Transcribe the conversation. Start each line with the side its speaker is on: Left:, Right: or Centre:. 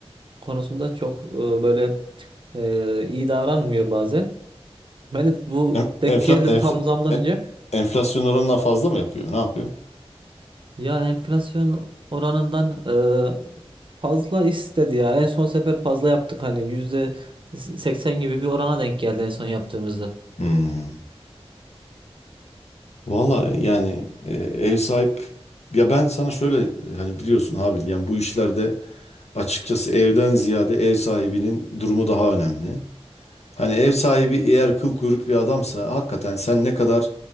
Right: konusunda çok e, böyle e, iyi davranmıyor bazen. Ben de bu
Left: En-
Right: denk
Left: Enfla,
Right: geldi
Left: enfla,
Right: tam zamdan
Left: e-
Right: önce.
Left: enflasyon oranından fazla mı yapıyor? Ne yapıyor?
Right: Ya enflasyon oranından e, fazla istedi ya. En son sefer fazla yaptık hani yüzde seksen gibi bir orana denk geldi en son yaptığımızda.
Left: Hmm. Valla yani e, ev sahip ya ben sana şöyle e, hani biliyorsun Habil yani bu işlerde açıkçası evden ziyade ev sahibinin durumu daha önemli. Hani ev sahibi eğer kıl kuyruk bir adamsa hakikaten sen ne kadar